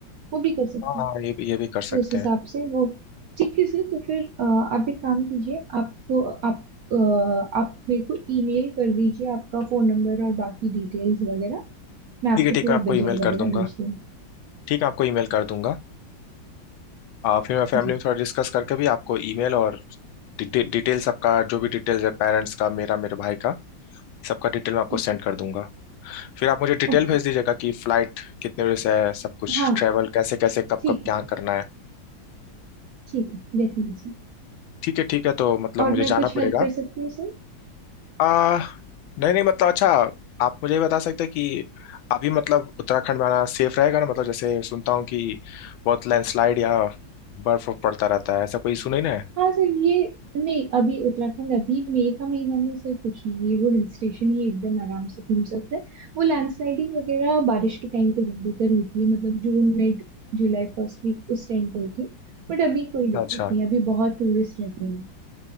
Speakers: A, on the right; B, on the left.
A: वो भी कर सकते
B: हाँ
A: हैं
B: हाँ ये भी ये भी कर
A: तो
B: सकते
A: उस हिसाब
B: हैं
A: से वो ठीक है सर तो फिर अ, आप एक काम कीजिए आपको आप अ, आप मेरे को ईमेल कर दीजिए आपका फोन नंबर और बाकी डिटेल्स वगैरह मैं आपको
B: ठीक है ठीक
A: पूरा
B: है मैं आपको
A: बजट
B: ईमेल
A: वगैरह
B: कर दूंगा
A: भेज दूंगी
B: ठीक है आपको ईमेल कर दूंगा आ, फिर मैं फैमिली
A: जी
B: में थोड़ा डिस्कस करके भी आपको ईमेल और डिटेल डिटेल्स आपका जो भी डिटेल्स है पेरेंट्स का मेरा मेरे भाई का सबका डिटेल मैं आपको
A: ठीक
B: सेंड
A: है
B: कर दूंगा फिर आप मुझे डिटेल
A: ओके
B: भेज दीजिएगा कि फ्लाइट कितने बजे से है सब कुछ
A: हाँ
B: ट्रैवल कैसे कैसे कब
A: ठीक
B: कब क्या
A: है
B: करना है
A: ठीक है डेफिनेटली
B: ठीक है ठीक है तो मतलब
A: और
B: मुझे
A: मैं
B: जाना
A: कुछ
B: पड़ेगा
A: हेल्प कर सकती हूँ सर
B: आ, नहीं नहीं मतलब अच्छा आप मुझे ये बता सकते हैं कि अभी मतलब उत्तराखंड में आना सेफ रहेगा ना मतलब जैसे सुनता हूँ कि बहुत लैंडस्लाइड या बर्फ वर्फ पड़ता रहता है ऐसा कोई इशू नहीं ना है
A: हाँ सर ये नहीं अभी उत्तराखंड अभी मई का महीना में सर कुछ नहीं है वो हिल स्टेशन ही एकदम आराम से घूम सकते हैं वो लैंडस्लाइडिंग वगैरह बारिश के टाइम पे ज्यादातर होती है मतलब जून मिड जुलाई फर्स्ट वीक उस टाइम पे होती है बट अभी कोई दिक्कत
B: अच्छा
A: नहीं अभी बहुत टूरिस्ट रहते हैं